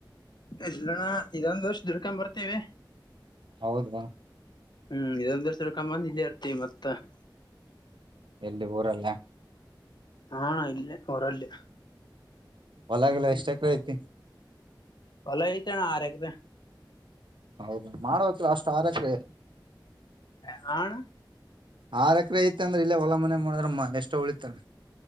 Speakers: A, on the left; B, on the right.
A: ಇಲ್ಲಣ್ಣ ಇದೊಂದ್ ವರ್ಷ ದುಡ್ಕೊಂಡ್ ಬರ್ತೀವಿ
B: ಹೌದ ರಾ.
A: ಹ್ಮ್ ಇದೊಂದ್ ವರ್ಷ ದುಡ್ಕೊಂಡ್ <unintelligible>
B: ಎಲ್ಲಿ ಊರಲ್ಲ.
A: ಹಾ ಇಲ್ಲೇ ಊರಲ್ಲಿ.
B: ಹೊಲಗಿಲಾ ಎಷ್ಟ ಎಕ್ರ ಐತಿ.
A: ಹೊಲ ಐತಣ ಆರ ಎಕರೆ.
B: ಹೌದು ಮಾಡ್ಬೇಕಲ ಅಷ್ಟು ಆರ ಎಕರೆ.
A: ಹಾಣ
B: ಆರ ಎಕರೆ ಐತೆ ಅಂದ್ರೆ ಇಲ್ಲೇ ಹೊಲ ಮನೆ ಮಾಡಿದ್ರ ಎಷ್ಟೋ ಉಳಿತಲ್ಲ.